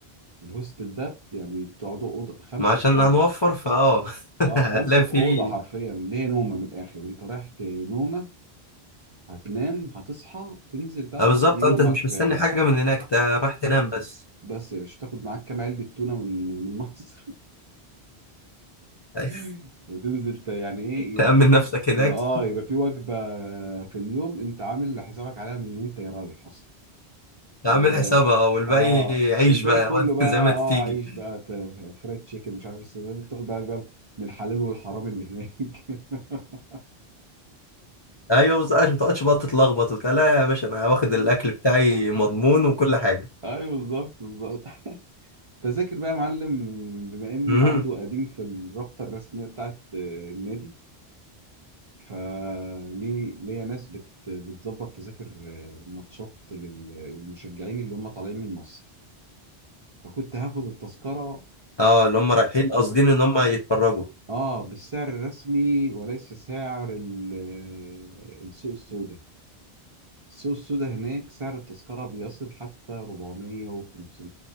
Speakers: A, on the right; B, on the left.
A: الهوستل ده يعني بتقعدوا اوضه خمسه
B: ما عشان
A: في اوضه
B: هنوفر فاه <laughs>
A: اه
B: هتلاقي
A: خمسه في
B: فيه
A: اوضه حرفيا ليه نومه من الاخر انت رايح ت- نومه هتنام هتصحى تنزل بقى
B: اه
A: تقضي
B: بالظبط
A: يومك
B: انت مش مستني
A: آه،
B: حاجه من هناك انت راح تنام بس
A: بس يا باشا تاخد معاك كام علبه تونه من من مصر
B: <laughs>
A: <laughs> وتنزل ت- يعني ايه
B: تأمن
A: يبقى في-
B: نفسك هناك
A: يبقى اه يبقى في وجبه في اليوم انت عامل حسابك عليها من وانت رايح اصلا
B: تعمل
A: و
B: حسابها والباقي
A: اه
B: عيش
A: والباقي
B: بقى
A: كله
B: وقت
A: بقى
B: <laughs> زي ما تيجي
A: اه عيش بقى ت- فرايد تشيكن مش عارف إيه، تاخد بالك بقى من الحلال والحرام اللي هناك <laughs>
B: ايوه بس عشان ما تقعدش بقى تتلخبط وبتاع لا يا باشا انا واخد الاكل بتاعي مضمون وكل حاجه
A: ايوه بالظبط بالظبط تذاكر بقى يا معلم بما اني
B: امم
A: عضو قديم في الرابطه الرسميه بتاعت آه، النادي فليه ليا ناس بت بتظبط تذاكر آه، ماتشات لل- للمشجعين اللي هم طالعين من مصر فكنت هاخد التذكره
B: اه اللي هم رايحين قاصدين ان هم يتفرجوا
A: اه بالسعر الرسمي وليس سعر ال- السوق السوداء السوق السوداء هناك سعر التذكرة بيصل حتى 400 و500